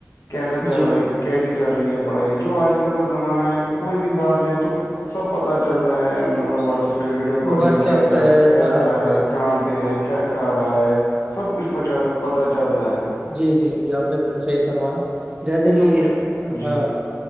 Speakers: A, on the left; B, on the right.
A: کیسا چل
B: جی
A: رہی
B: جی
A: کیسے چل رہی ہے پڑھائی جو آج کل کا زمانہ ہے کوئی بھی باہر جائے تو سب پتا چلتا ہے مطلب واٹس ایپ تو ویڈیو کالنگ
B: واٹسپ
A: کیسا
B: پہ ہے،
A: کیسا
B: ہاں
A: ہے
B: بس
A: اں پہ ہے کیا کھا رہا ہے سب کچھ پتا چلتا ہے
B: جی جی جی آپ نے بالکل صحیح کروا جیسے
A: یہ
B: کہ
A: سب کچھ جی
B: ہاں